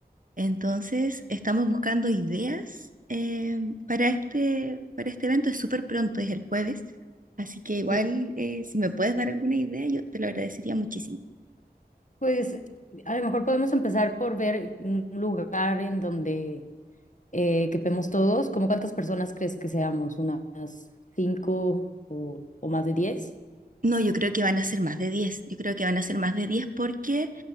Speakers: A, on the right; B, on the left.
A: Entonces, estamos buscando ideas eh, para este, para este evento. Es súper pronto, es el jueves, así que igual
B: Sí.
A: eh, si me puedes dar alguna idea, yo te lo agradecería muchísimo.
B: Pues a lo mejor podemos empezar por ver un lugar en donde eh, quepemos todos. ¿Cómo cuántas personas crees que seamos? ¿Unas cinco o, o más de diez?
A: No, yo creo que van a ser más de 10. Yo creo que van a ser más de 10 porque